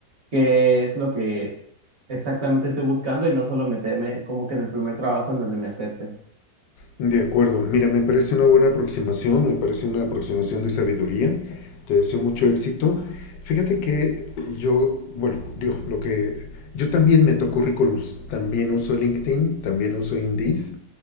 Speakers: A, on the right; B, on the left.
A: qué es lo que exactamente estoy buscando y no solo meterme como que en el primer trabajo en donde me acepten.
B: De acuerdo, mira, me parece una buena aproximación, me parece una aproximación de sabiduría, te deseo mucho éxito. Fíjate que yo, bueno, digo, lo que yo también meto currículums, también uso LinkedIn, también uso Indeed,